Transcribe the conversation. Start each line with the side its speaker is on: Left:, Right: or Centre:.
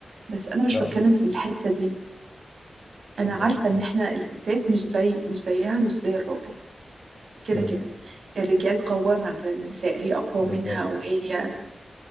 Right: بس انا مش
Left: لا
Right: بتكلم
Left: م-
Right: في الحتة دي انا
Left: اتفضلي
Right: عارفة ان احنا الستات مش زي مش زيها مش زي الراجل كده
Left: كملي
Right: كده الرجال قوامة على النساء هي أقوى
Left: بالظبط
Right: منها وهي